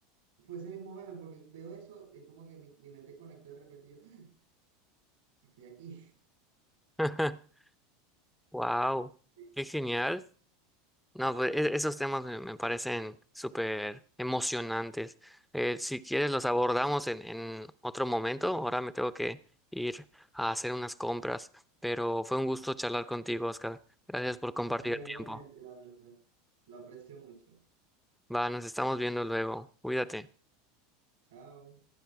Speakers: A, on the right; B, in the centre.
A: Fue ese mismo meme, porque veo eso, es como que mi, mi mente conectó de repente y yo, "Ah, estoy aquí.
B: <laughs> Wow,
A: <laughs>
B: qué genial. No, pues e- esos temas me, me parecen súper emocionantes. Eh, si quieres, los abordamos en, en otro momento. Ahora me tengo que ir a hacer unas compras, pero fue un gusto charlar contigo, Oscar. Gracias por compartir
A: Va
B: el
A: igualmente,
B: tiempo.
A: la verdad. Lo aprecio mucho.
B: Va, nos estamos viendo luego. Cuídate.
A: Chao.